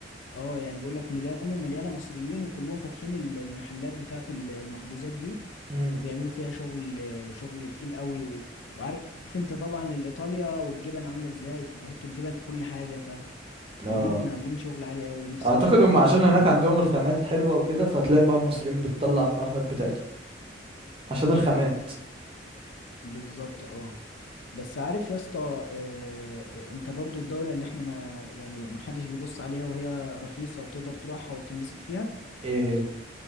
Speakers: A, on the left; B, on the right.
A: اه يعني بيقول لك ميلانو مليانة مصريين وكلهم فاتحين ال- المحلات بتاعة ال- المخبوزات دي
B: امم
A: وبيعملوا فيها شغل شغل تقيل قوي و... وعارف انت طبعا الايطاليا والجبن عاملة ازاي في بيحطوا الجبن في كل حاجة فعاملين
B: اه
A: عاملين شغل عالي قوي نفسي
B: اعتقد
A: اروح اجرب
B: هم عشان
A: المطاعم
B: هناك
A: دي
B: عندهم الخامات حلوة وكده فتلاقي بقى المصريين بتطلع الموهب بتاعتهم عشان
A: بالظبط
B: الخامات
A: بالظبط اه بس عارف يا اسطى آه، انت برضو الدولة اللي احنا ما يعني ما حدش بيبص عليها وهي رخيصة وتقدر تروحها وتنبسط فيها
B: ايه هي